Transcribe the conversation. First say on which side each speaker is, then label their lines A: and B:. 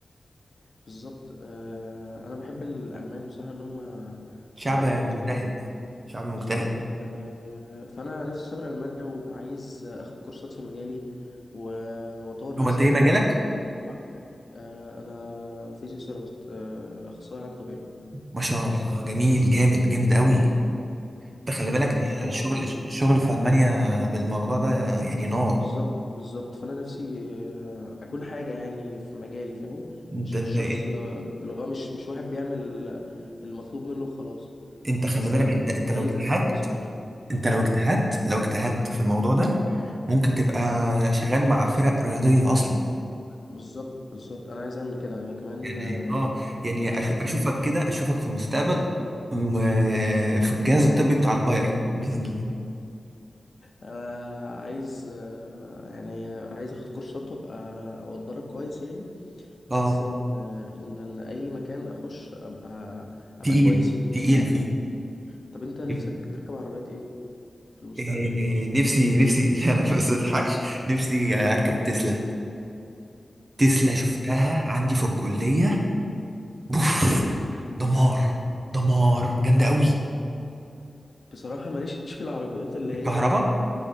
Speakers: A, on the left (about 60°); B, on the right (about 45°).
A: بالظبط آه، انا بحب الالمان بصراحه ان هم
B: شعب
A: مواعيدهم
B: مجتهد
A: مظبوطه وكده
B: شعب مجتهد
A: بالظبط آه، فانا نفسي اسافر المانيا وعايز اخد كورسات في مجالي و- واطور
B: هو
A: نفسي
B: أنت إيه
A: اكتر
B: مجالك؟
A: و... و- آه، انا فيزيوثيرابيست آه، اخصائي علاج طبيعي
B: ما شاء الله جميل جامد جامد قوي أنت خلي
A: فبصراحه
B: بالك ده الشغل الشغل في ألمانيا بالموضوع ده يعني نار
A: بالظبط بالظبط فانا نفسي آه، اكون حاجه يعني في مجالي فاهم
B: أنت
A: مش
B: أنت
A: مش شخص آه، اللي هو مش مش واحد بيعمل المطلوب منه وخلاص
B: أنت خلي
A: بس
B: بالك
A: لا
B: أنت أنت
A: عايز
B: لو اجتهدت
A: اسيب بصمه يعني
B: أنت لو
A: ايه
B: اجتهدت لو اجتهدت في الموضوع ده ممكن تبقى شغال مع فرق رياضية أصلا
A: بالظبط بالظبط انا عايز اعمل كده يعني كمان
B: يعني
A: آه،
B: اه يعني
A: انا
B: أش-
A: بصراحه
B: اشوفك كده اشوفك في المستقبل م- في الجهاز الطبي بتاع البايرن باذن الله
A: آه، عايز آه، يعني عايز اخد كورسات وابقى واتدرب كويس يعني بحيث
B: اه
A: ان آه، ان إن اي مكان اخش ابقى ابقى
B: تقيل
A: كويس فيه
B: تقيل
A: يعني.
B: فيه
A: طب انت نفسك
B: يب-
A: تركب عربيات ايه في المستقبل
B: إيه
A: ايه
B: إيه نفسي نفسي <laughs> انا بس ما اضحكش نفسي اركب تسلا تسلا
A: مم.
B: شفتها عندي في الكليه بوف دمار دمار جامده قوي
A: بصراحه ماليش في العربيات اللي
B: الكهرباء
A: هي